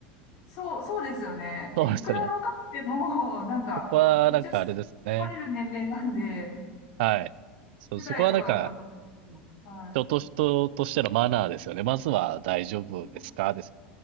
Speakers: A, on the left; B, on the right.
A: そう、そうですよね。で、
B: そうですね。
A: いくら若くても、<laughs> なんか、
B: そこはなんかあれですね。
A: 一応、来れる年齢なんで、
B: はい。そう、
A: 10代とかだったと思うんですよ。
B: そこはなんか、
A: はい。
B: 人と人としてのマナーですよね。まずは大丈夫ですかです。
A: そう